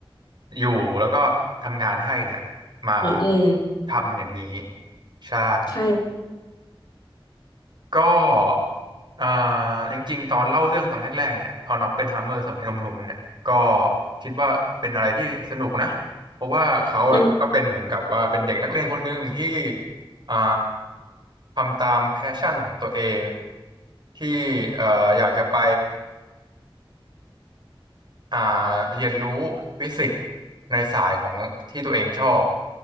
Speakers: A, on the right (about 50°); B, on the left (about 50°).
A: อยู่แล้วก็ทำงานให้เนี่ยมา
B: อืมอืม
A: ทำอย่างนี้ใช่
B: ใช่
A: ก็อ่าจริงๆตอนเล่าเรื่องตอนแรกๆเนี่ยเอาน็อปเป็นฮามเมอร์สมัยหนุ่มๆเนี่ยก็คิดว่าเป็นอะไรที่สนุกนะเพราะว่าเขาอะก็เป็นเหมือนกับว่าเป็นเด็กนักเรียนคนหนึ่งที่
B: อืม
A: อ่าทำตามแพชชั่นของตัวเองที่เอ่ออยากจะไปอ่าเรียนรู้ฟิสิกส์ในสายของที่ตัวเองชอบ